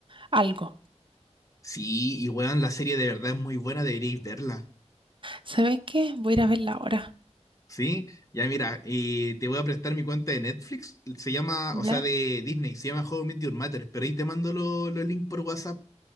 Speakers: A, on the right; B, on the left.
A: algo.
B: Sí, y weón, la serie de verdad es muy buena, deberíais verla.
A: ¿Sabéis qué? Voy a ir a verla ahora.
B: Sí, ya mira, eh, te voy a prestar mi cuenta de Netflix, se llama,
A: ¿Ya?
B: o sea, de Disney, se llama How I Met Your Mother, pero ahí te mando lo- los links por WhatsApp.